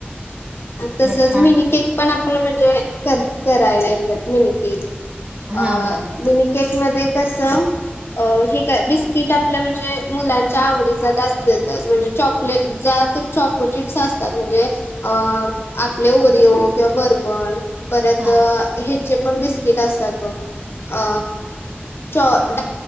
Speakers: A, on the left (about 70°); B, on the right (about 30°).
A: तसच
B: नाही छान
A: मीनी केक पण आपण म्हणजे, कर - करायला येतात. मिनि के
B: हा
A: अ
B: हा
A: मिनी केक मध्ये कसं अ हे काय, बिस्किट आपल्या म्हणजे, मुलांच्या आवडीचं आता असतेतच. म्हणजे चॉकलेट ज्या ते चॉको चिप्स असतात. म्हणजे अ आपले ओरियओ किंवा बर्बण. परत
B: हा
A: ह्याचे पण बिस्कि किट असतात बघ. अ चॉ ड